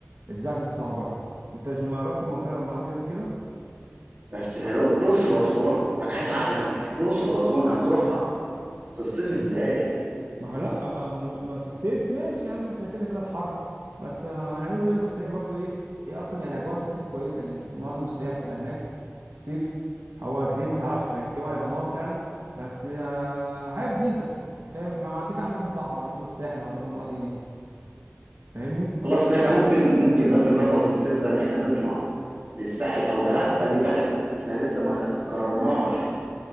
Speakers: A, on the right (about 75°); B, on the right (about 50°).
A: إزاي عايزين تطلعوا بره أنت ما رحت المنطقة المناطق دي قبل كده
B: بس هرو- الاقصر واسوان تع- هات عقلك معايا الاقصر واسوان هتروحها في الصيف ازاي؟
A: ما هو لا ما, ما في الصيف ماشي يا عم احنا كده كده الحر بس آه، هنعمله ايه بس هي برضو ايه هي اصلا يعني الاجواء في الصيف كويسه لان معظم السياح بتبقى هناك في الصيف هو ليه ما تعرفش يعني الجو هيبقى نار فعلا بس آه، حاجه جديده انت فاهم احنا مع كده هنروح البحر وهنروح الساحل وهنروح المناطق دي فاهمني
B: خلاص كده احنا ممكن ممكن بس نظبط الصيف ده ان احنا نطلع للساحل او دهب خلي بالك احنا لسه ما خ- قررناش